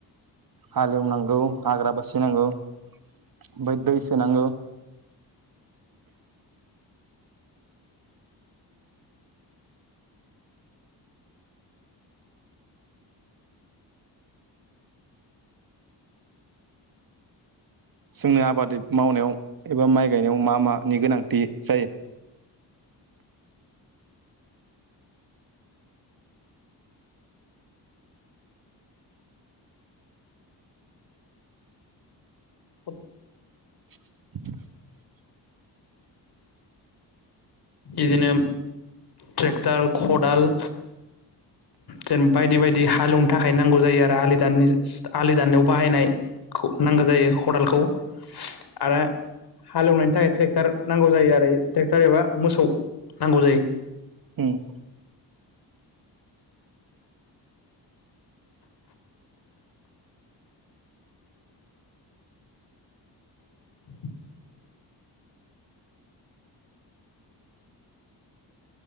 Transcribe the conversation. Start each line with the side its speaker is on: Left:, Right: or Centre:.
Right: हालेवनांगौ हाग्रा बासिनांगौ। ओमफ्राय दै सोनांगौ। जोंनो आबाद मावनायाव एबा माइ गायनायाव मा मानि गोनांथि जायो?
Left: खद <unintelligible>
Right: <unintelligible>
Left: बिदिनो ट्रेक्टर खदाल जेनब बायदि बायदि हालेवनो थाखाय नांगौ जायो आरो आलि दाननो आलि दाननायाव बाहायनाय खौ नांगौ जायो खदालखौ आरो हालेवनायनि थाखाय ट्रेक्टर नांगौ जायो आरो ट्रेक्टर एबा मोसौ नांगौ जायो।
Right: उम।
Left: <unintelligible>